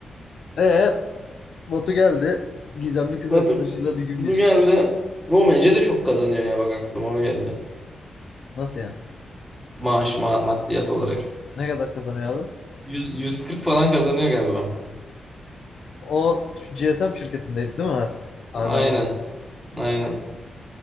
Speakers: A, on the left; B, in the centre.
A: Ee, Batu geldi. Gizemli kız
B: Batu,
A: arkadaşıyla bir gün
B: Batu
A: geçirmiş.
B: geldi. Oğlum Ece de çok kazanıyor ya bak aklıma o geldi.
A: Nasıl yani?
B: Maaş ma maddiyat olarak.
A: Ne kadar kazanıyor abi?
B: yüz yüz kırk falan kazanıyor galiba.
A: O şu GSM şirketindeydi değil mi? Hala
B: Aynen.
A: orada.
B: Aynen.